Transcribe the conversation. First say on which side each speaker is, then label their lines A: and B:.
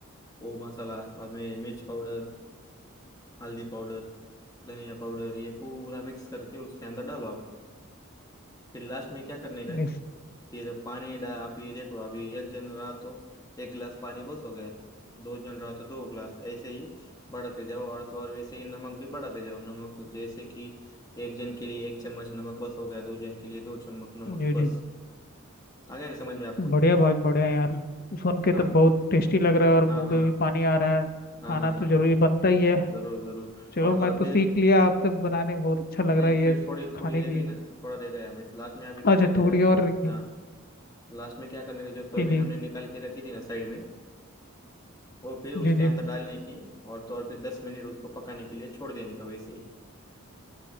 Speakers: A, on the left (about 20°); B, on the left (about 45°).
A: वो मसाला बाद में मिर्च पाउडर हल्दी पाउडर धनिया पाउडर ये पूरा मिक्स करके उसके अंदर डालो आप फिर लास्ट में क्या करने का है
B: जी
A: फिर पानी डाल आप ये देखो अभी एक जन रहा तो एक गिलास पानी बस हो गया दो जन रहा तो दो गिलास ऐसे ही बढ़ाते जाओ और तो और वैसे ही नमक भी बढ़ाते जाओ नमक जैसे कि एक जन के लिए एक चम्मच नमक बस हो गया दो जन के लिए दो चम्मच नमक
B: जी
A: बस
B: जी।
A: आ गया ना समझ में आपको
B: बढ़िया भाई बढ़िया यार सुन के
A: हाँ
B: तो बहुत टेस्टी लग रहा है और
A: हाँ
B: मुंह
A: हाँ
B: में भी पानी आ रहा है
A: हाँ
B: खाना
A: हाँ
B: तो
A: हाँ
B: जरूरी बनता ही है
A: जरूर जरूर
B: चलो
A: और तो
B: मैं
A: और
B: तो
A: फिर
B: सीख लिया
A: हाँ,
B: आपसे बनाने बहुत अच्छा लग
A: नहीं
B: रहा है
A: फिर
B: ये
A: थोड़ी
B: खाने
A: थोड़ी रह
B: के लिए
A: गई ना थोड़ा रह गया लास्ट में अभी क्या
B: अच्छा
A: करने
B: थोड़ी
A: का है?
B: और रहेंगी
A: हाँ लास्ट में क्या करने का जो सोयाबीन
B: जी जी
A: हमने निकाल के रखी थी ना साइड में वो फिर उसके
B: जी जी
A: अंदर डालने की और तो और फिर दस मिनट उसको पकाने के लिए छोड़ देने का वैसे ही